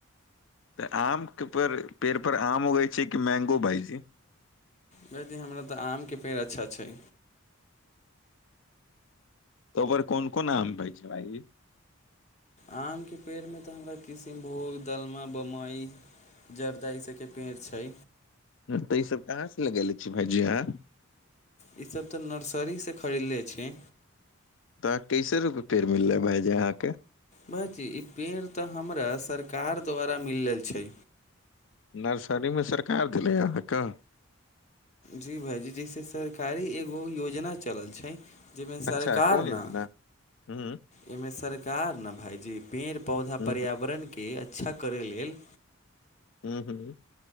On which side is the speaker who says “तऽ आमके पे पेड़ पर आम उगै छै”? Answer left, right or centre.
Left